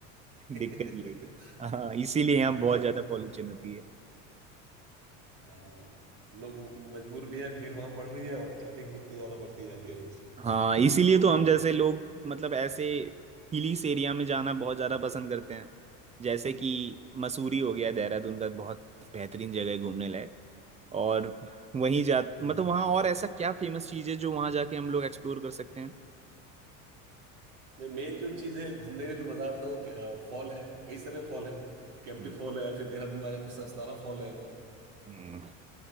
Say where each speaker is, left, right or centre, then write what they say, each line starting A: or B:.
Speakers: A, on the right; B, on the right.
A: <laughs>
B: दिक्कत यही है हाँ इसीलिए यहाँ
A: हाँ
B: बहुत
A: ये
B: ज्यादा
A: तो है
B: पॉल्यूशन होती है
A: हाँ लोग मजबूर भी है भीड़ वहां बढ़ रही है और ट्रैफिक भी उतनी ज्यादा बढ़ती जाती है रोज
B: हाँ इसीलिए तो हम जैसे लोग मतलब ऐसे हिलीस एरिया में जाना बहुत ज्यादा पसंद करते हैं जैसे कि मसूरी हो गया देहरादून का बहुत बेहतरीन जगह है घूमने लायक और वहीं जा
A: हम्म
B: मतलब वहाँ और ऐसा क्या फेमस चीज है जो वहाँ जाके हम लोग एक्सप्लोर कर सकते हैं
A: मैं मेन जो चीज है घूमने का जो मजा आता है वो फॉल है कई सारे फॉल है केम्प्टी
B: हम्म,
A: फॉल है फिर देहरादून में आ जाए तो ससनारा फॉल है अ,
B: हम्म।